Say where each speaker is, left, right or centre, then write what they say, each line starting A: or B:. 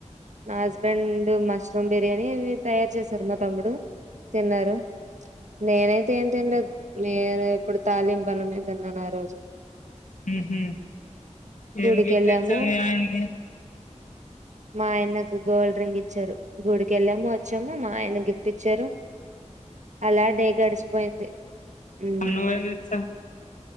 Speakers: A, on the right; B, on the left.
A: నా హస్బెండ్ మష్రూమ్ బిర్యానీ ఇవి తయారు చేసారు, మా తమ్ముడు తిన్నారు. నేనైతే ఏం తిన్లేదు, నేను ఇప్పుడు తాలిం బలమేదన్నాను ఆ రోజు
B: ఉహు
A: గుడికెళ్ళాము
B: ఏం గిఫ్ట్ ఇచ్చావ్ మీ ఆయనకి?
A: మా ఆయనకు గోల్డ్ రింగ్ ఇచ్చారు, గుడికెళ్ళాము, వచ్చాము. మా ఆయన గిఫ్ట్ ఇచ్చారు. అలా డే గడిచిపోయింది. ఉమ్,
B: మరి నువ్వేమిచ్చా